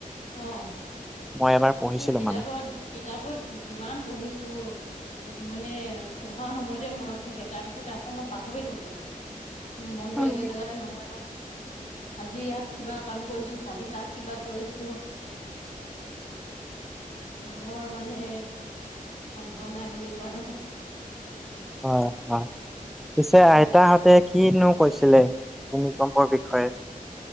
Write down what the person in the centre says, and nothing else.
মই এবাৰ পঢ়িছিলো
মানে
অ',
হয় হয়। পিছে আইতাহঁতে
কিনো কৈছিলে ভূমিকম্পৰ বিষয়ে?